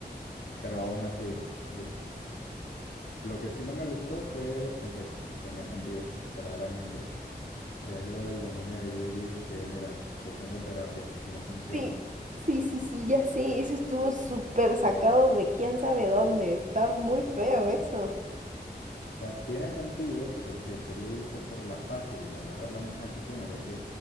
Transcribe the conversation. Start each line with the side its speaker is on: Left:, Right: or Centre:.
Left: pero aún así, el- lo que sí no me gustó fue, aunque tenía sentido, verdaderamente, es lo del dominio de Yuji que, mira, sesión de terapia y no funciona.
Right: Sí, sí, sí, sí, ya sé, eso estuvo súper sacado de quién sabe dónde. Está muy feo eso.
Left: O sea, tiene sentido porque sería irse por la fácil, el agarrar la misma de su cuna, ya que